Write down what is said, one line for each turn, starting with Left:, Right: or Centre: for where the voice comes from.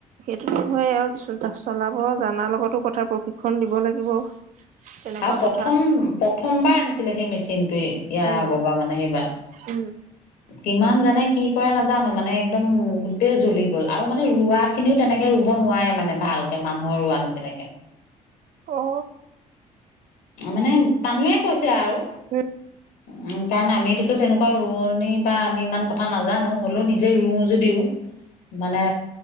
Right: সেইটোতো হয়ে আৰু চলাব জানাৰ লগতো কথা প্ৰশিক্ষণ দিব লাগিব। তেনেকুৱা
Left: আৰু প্ৰথম
Right: কথা
Left: প্ৰথমবাৰ আনিছিলে সেই মেচিনটোৱে ইয়াৰ
Right: উম।
Left: আগৰবাৰ মানে সেইবাৰ।
Right: উম।
Left: কিমান জানে কি কৰে নাজানো মানে একদম গোটেই জ্বলি গ'ল আৰু মানে ৰোৱা খিনিও তেনেকে ৰুব নোৱাৰে মানে ভালকে মানুহৰ ৰোৱা নিচিনাকে।
Right: অ
Left: মানে তামিয়ে কৈছে আৰু
Right: উম।
Left: উম কাৰণ আমিতোতো তেনেকুৱা ৰোৱনী বা আমি ইমান কথা নাজানোঁ, হ'লেও নিজে ৰোও যদি ও মানে